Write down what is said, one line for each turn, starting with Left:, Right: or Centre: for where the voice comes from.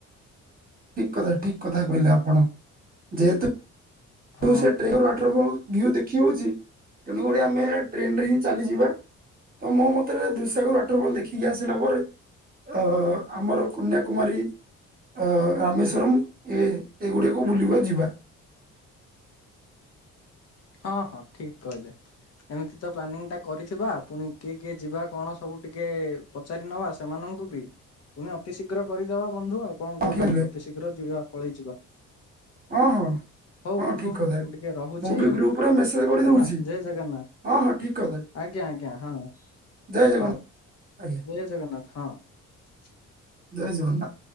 Right: ଠିକ୍ କଥା ଠିକ୍ କଥା କହିଲେ ଆପଣ ଯେହେତୁ
Left: ହଁ
Right: ସେ <unintelligible> ୱାଟଫଲ୍ ଭିୟୁ ଦେଖି ହଉଚି ତେଣୁ <unintelligible> ଆମେ ଟ୍ରେନ ରେ ହିଁ ଚାଲିଯିବା। ତ ମୋ ମତରେ ଦୁଇସାଗର ୱାଟରବଲ୍ ଦେଖିକି ଆସିଲା ପରେ ଅ ଆମର କନ୍ୟାକୁମାରୀ ଅ ରାମେଶ୍ୱରମ୍ ଏ ଏଗୁଡ଼କୁ ବୁଲିବା ଯିବା।
Left: ହଁ ହଁ ଠିକ କହିଲେ। ଏମିତି ତ ପ୍ଲାନିଂ ଟା କରିଥିବା ପୁଣି କିଏ କିଏ ଯିବା କଣ ସବୁ ଟିକେ ପଚାରି ନବା ସେମାନଙ୍କୁ। <unintelligible> ପୁଣି ଅତି ଶୀଘ୍ର କରିଦବା ବନ୍ଧୁ ଆଉ କଣ
Right: ହଁ
Left: କହୁଛନ୍ତି
Right: ଠିକ କହିଲେ
Left: ଅତି ଶୀଘ୍ର ଯିବା ପଳେଇ ଯିବା।
Right: ହଁ ହଁ ହଁ
Left: ବନ୍ଧୁ
Right: ଠିକ୍ କଥା
Left: ମୁଁ ଟିକେ ରହୁଛି
Right: ମୁଁ ବି ଗ୍ରୁପ ପୁରା ମେସେଜ ଗଢ଼ିଦଉଛି
Left: ହେଲା ଜୟ ଜଗନ୍ନାଥ
Right: ହଁ ହଁ ଠିକ୍ କଥା।
Left: ଆଜ୍ଞା ଆଜ୍ଞା ହଁ
Right: ଜୟ ଜଗନ୍ନାଥ।
Left: ହଉ
Right: ଆଜ୍ଞା
Left: ଜୟ ଜଗନ୍ନାଥ ହଁ।
Right: ଜୟ ଜଗନ୍ନାଥ।